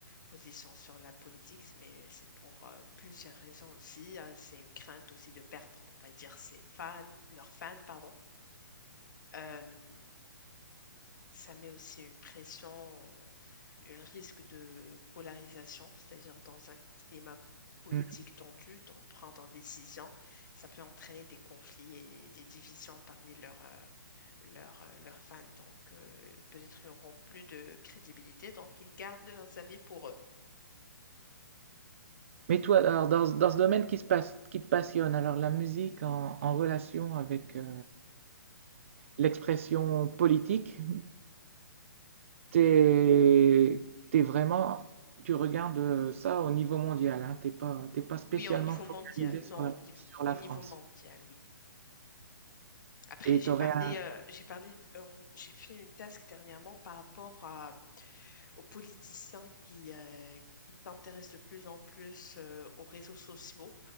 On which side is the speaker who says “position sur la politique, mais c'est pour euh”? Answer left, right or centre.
Left